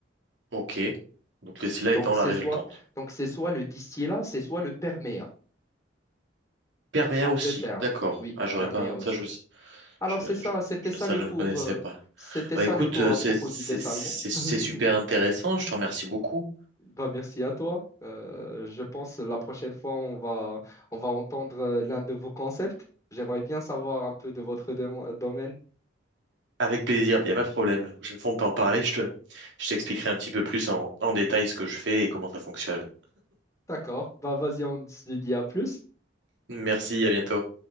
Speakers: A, on the right; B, on the left.
A: ok. Donc les cila
B: Donc
A: étant la
B: c'est
A: résultante.
B: soit, donc c'est soit le distillat, c'est soit le perméat.
A: Perméa
B: Ce sont
A: aussi,
B: deux termes.
A: d'accord.
B: Oui,
A: Ah, j'aurais
B: perméa
A: pas.
B: aussi.
A: Ça, je,
B: Alors,
A: je-
B: c'est ça, c'était
A: je-
B: ça
A: ça,
B: le
A: je
B: cours,
A: ne connaissais
B: euh,
A: pas.
B: c'était
A: Bah
B: ça
A: écoute,
B: le cours
A: euh,
B: à
A: c'est
B: propos
A: c'est-
B: du dessalement.
A: c'est- c'est
B: <laughs>
A: super intéressant, je te remercie beaucoup.
B: Bah, merci à toi. Euh, je pense la prochaine fois, on va, on va entendre euh, l'un de vos concepts. J'aimerais bien savoir un peu de votre dom- domaine.
A: Avec plaisir, il n'y a pas de problème. La prochaine fois, on peut en parler, je te, je t'expliquerai un petit peu plus en, en détail ce que je fais et comment ça fonctionne.
B: D'accord. Bah, vas-y, on se dit à plus.
A: Merci, à bientôt.